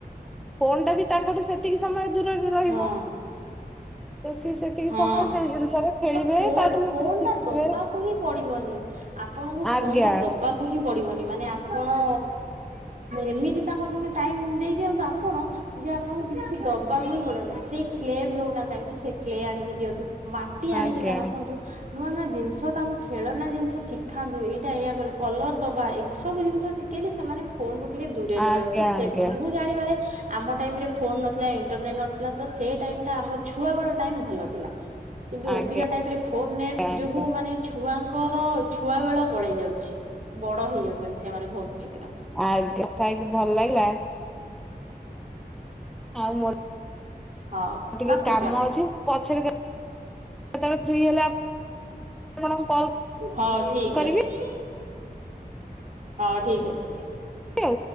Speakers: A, in the centre; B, on the right.
A: ପଣ୍ଡ ବି ତାଙ୍କଠୁ ସେତିକି ସମୟ ଦୂରରେ ରହିବ
B: ହଁ
A: ତ ସିଏ ସେତିକି
B: ହଁ
A: ସମୟ ସେଇ ଜିନିଷରେ ଖେଳିବେ
B: ତ ଫୋନ୍
A: ତାଠୁ ଯେତିକି
B: ଫୋନ୍
A: ଶିଖିବେ
B: ଟା ଦବାକୁ ହିଁ ପଡିବନି। ଆପଣଙ୍କୁ
A: ଆଜ୍ଞା
B: ଫୋନ ଟା ଦବାକୁ ହିଁ ପଡିବନି ମାନେ ଆପଣ ଏମିତି ତାଙ୍କ ସାଙ୍ଗେ ଟାଇମ ଦେଇ ଦିଅନ୍ତୁ, ଆପଣ ଯେ ଆପଣଙ୍କୁ କିଛି ଦବାକୁ ହିଁ ପଡେ ନାହିଁ ସେଇ କ୍ଳେ ବି ହଉନା କାହିଁକି ସେ କ୍ଳେ ଆଣିକି ଦିଅନ୍ତୁ, ମାଟି ଆଣିକିନା
A: ଆଜ୍ଞା
B: ରଖନ୍ତୁ ନୂଆ ନୂଆ ଜିନିଷ ଜିନଷ ତାଙ୍କୁ ଖେଳନା ଜିନିଷ ଶିଖାନ୍ତୁ ଏଇଟା ଏଇଆ କଲେ କଲର ଦବା ଏସବୁ ଜିନିଷ ଶିଖେଇଲେ ସେମାନେ ଫୋନ ରୁ ଟିକେ ଦୂରରେ
A: ଆଜ୍ଞା
B: ରହିବ ତ ସେ
A: ଆଜ୍ଞା
B: ମୁଁ ଜାଣିବାରେ ଆମ ଟାଇମ ରେ ଫୋନ ନଥିଲା ଇଣ୍ଟରନେଟ ନଥିଲା, ତ ସେ ଟାଇମ ଟା ଆମ ଛୁଆ ବଳ ଟାଇମ ଭଲ ଥିଲା କିନ୍ତୁ
A: ଆଜ୍ଞା
B: ଅବିକା ଟାଇପ ରେ ଫୋନ ନେଟ୍
A: ଆଜ୍ଞା
B: ଯୋଗୁ ମାନେ ଛୁଆଙ୍କ ତାଙ୍କର ଛୁଆ ବେଳ ପଳେଇ ଯାଉଛି ବଡ ହେଇ ଯାଉଛନ୍ତି ସେମାନେ ବହୁତ ଶୀଘ୍ର
A: ଆ କଥା ହେଇକି ଭଲ ଲାଗିଲା ଆଉ ମୋର
B: ହଉ
A: ଟିକେ
B: ରଖୁଛୁ
A: କାମ
B: ଆମେ
A: ଅଛି ମୁଁ ପଛରେ କେତେବେଳେ ଫ୍ରି ହେଲେ ଆପଣଙ୍କୁ କଲ୍
B: ହଉ ଠିକ
A: କରିବି
B: ଅଛି ହଉ ଠିକ ଅଛି।
A: ଆଉ।